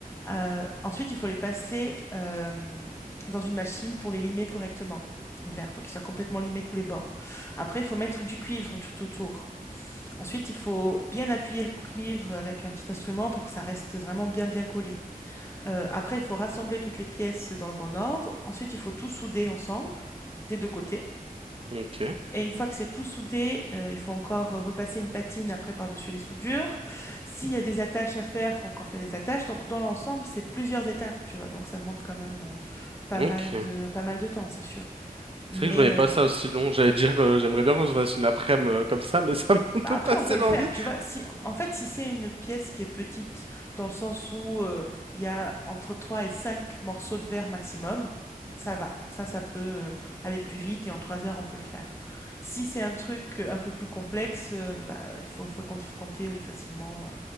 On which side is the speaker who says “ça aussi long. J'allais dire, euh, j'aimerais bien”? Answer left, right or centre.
Right